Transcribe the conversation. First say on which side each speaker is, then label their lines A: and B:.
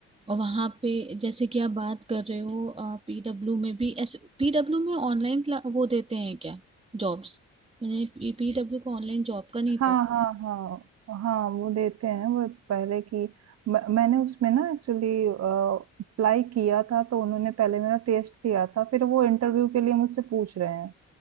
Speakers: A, on the right; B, on the right.
A: और वहां पे जैसे कि आप बात कर रहे हो पीडब्ल्यू में भी ऐसे पीडब्ल्यू में ऑनलाइन वो देते हैं क्या जॉब्स मैंने पीडब्ल्यू को ऑनलाइन जॉब का नहीं
B: हाँ,
A: पता
B: हाँ, हाँ। हाँ, वो देते हैं वो पहले की म मैंने उसमें ना एक्चुअली अ, अप्लाई किया था तो उन्होंने पहले मेरा टेस्ट लिया था, फिर वो इंटरव्यू के लिए मुझसे पूछ रहे हैं।